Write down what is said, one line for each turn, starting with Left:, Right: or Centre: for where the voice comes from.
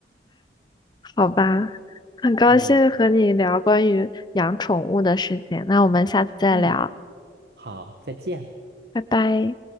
Left: 好吧，很高兴和你聊关于养宠物的事情。
Right: 嗯
Left: 那我们下次再聊，
Right: 嗯，好，再见。
Left: 拜拜。